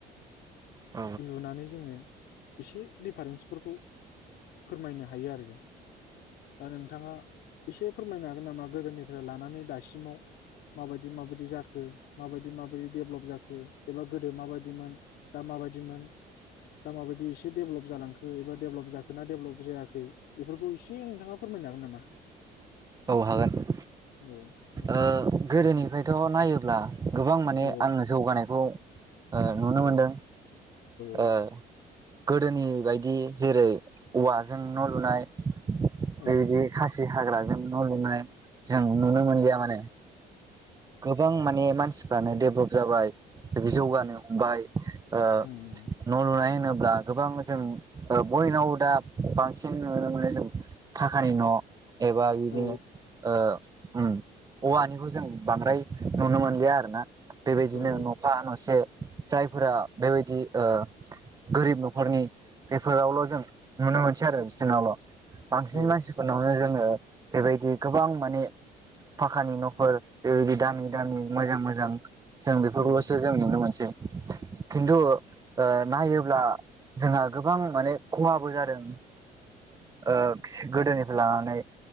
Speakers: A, on the right; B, on the left.
A: औ
B: लुनानै जोङो एसे दिडिफारेन्सफोरखौ फोरमायनो हायो आरो नोंथाङा एसे फोरमायनो हागोन नामा गोदोनिफ्राय लानानै दासिमाव माबायदि माबायदि जाखो माबायदि माबायदि डेभेलप जाखो एबा गोदो माबायदिमोन दा माबायदिमोन दा माबायदि एसे डेभेलप जालांखो एबा डेभेलप जाखो ना डेभेलप जायाखै बेफोरखौ एसे नोंथाङा फोरमायनो हागोन नामा
A: औ हागोन
B: औ दे
A: ओ गोदोनिफ्रायथ नायोब्ला गोबां
B: औ
A: माने
B: औ
A: आङो जौगानायखौ नुनो
B: औ
A: मोनदों
B: औ
A: ओ गोदोनि बेबायदि जेरै औवाजों न' लुनाय
B: औ
A: बेबायदि खासि हाग्रा न' लुनाय जों नुनो मोनलिया माने गोबां माने मानसि फानो डेभेलप जाबाय बे जौगानो हमबाय ओ
B: उम
A: न'लुनाय होनो ब्ला गोबां जों बयनाव दा बांसिन नुनो मोनो जों फाखानि न' एबा बिदिनो
B: औ उम
A: ओ ओम औवानिखौ जों बांद्राय नुनो मोनलिया आरो ना बेबायदिनो
B: औ उम
A: नफा नसे जायफोरा बेबायदि ओ गोरिब नखरनि बेफोरावल जों नुनो मोन सै आरो बिसिनल बांसिन
B: औ उम औ
A: मानसिफोरनावनो जोङो बेबायदि गोबां माने फाखानि न'फोर बेबायदि दामि
B: उम
A: दामि
B: औ उम
A: मोजां मोजां जों बेफोरखौलसो
B: औ
A: जों नुनो मोनसै खिन्थु ओ नायोब्ला जोंहा गोबां माने खहाबो जादों। ओम खि गोदोनि लाानानै